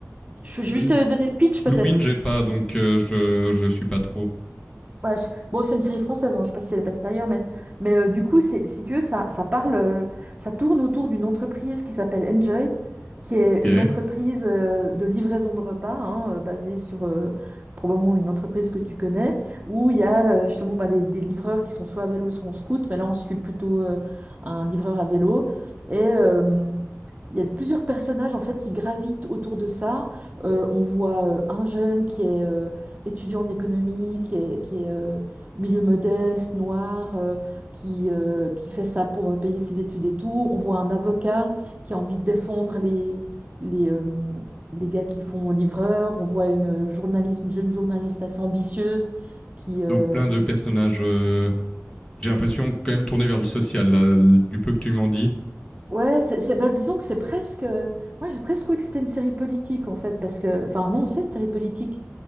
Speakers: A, on the left; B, on the right.
A: je-
B: Je peux juste euh, donner le pitch
A: Blue
B: peut-être.
A: Wind, j'ai pas, donc euh, je, je suis pas trop.
B: Ouais, je- Bon, c'est une série française, hein, je sais pas si elle passe ailleurs, mais, mais euh, du coup, c'est, si tu veux, ça, ça parle, euh, ça tourne autour d'une entreprise qui s'appelle Enjoy, qui est
A: Ok.
B: une entreprise euh, de livraison de repas, hein, euh, basée sur euh, probablement une entreprise que tu connais, où il y a euh, justement bah, des, des livreurs qui sont soit à vélo, soit en scoot, mais là, on suit plutôt euh, un livreur à vélo. Et, euh, il y a plusieurs personnages en fait qui gravitent autour de ça. Euh, on voit euh, un jeune qui est, euh, étudiant en économie, qui est, qui est euh, milieu modeste, noir, euh, qui, euh, qui fait ça pour euh, payer ses études et tout. On voit un avocat qui a envie de défendre les, les, euh, les gars qui font livreur. On voit une journaliste, une jeune journaliste assez ambitieuse qui... euh,
A: Donc plein de personnages. euh, j'ai l'impression quand même tourné vers le social, là, du peu que tu m'en dis.
B: Ouais, c'est, c'est- bah, disons que c'est presque... Moi, j'ai presque cru que c'était une série politique, en fait, parce que... Enfin, non, c'est une série politique.